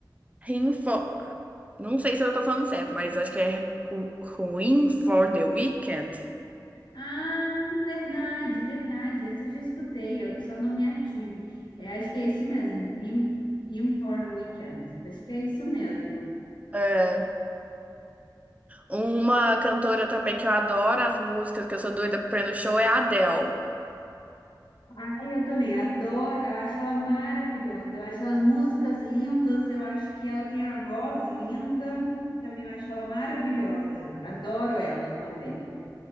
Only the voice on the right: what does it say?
Rinfo... Não sei se eu tô falando certo, mas acho que é Ru- Ruin for the Weekend.
É. Uma cantora também que eu adoro as músicas, que eu sou doida pra ir no show, é a Adele.